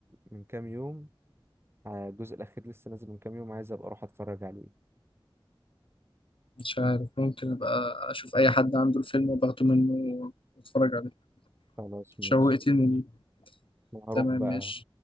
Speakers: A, on the right (about 25°); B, on the left (about 75°).
A: من كام يوم آه، الجزء الأخير لسه نازل من كام يوم عايز أبقى أروح أتفرج عليه
B: مش عارف ممكن أبقى أشوف أي حد عنده الفيلم وباخده منه وأتفرج عليه
A: خلاص ماشي
B: شوقتني ليه
A: أنا هروح
B: تمام
A: بقى
B: ماشي